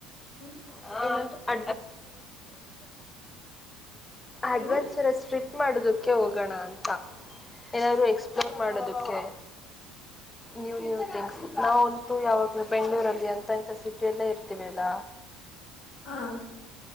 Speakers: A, on the left; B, on the left.
A: ಹ್ಮ್
B: <unintelligible> <unintelligible> ಅಡ್ವೆಂಚರಸ್
A: ಏನು
B: ಸ್ಟ್ರಿಕ್ಟ್ ಮಾಡುದು. ಕ್ಕೆ ಹೋಗೋಣ ಅಂತ. ಏನಾದ್ರು ಎಕ್ಸ್ಪ್ಲೋರ್ ಮಾಡುದು. ಕೆ ನ್ಯೂ ನ್ಯೂ ಥಿಂಗ್ಸ್ ನಾವಂತೂ ಯಾವತ್ ಬೆಂಗಳೂರಲ್ಲಿ ಅಂತ ಇಂತ ಸಿಟಿಯಲ್ಲೇ ಇರ್ತೀವಿ ಅಲ್ಲ.
A: ಹಾ.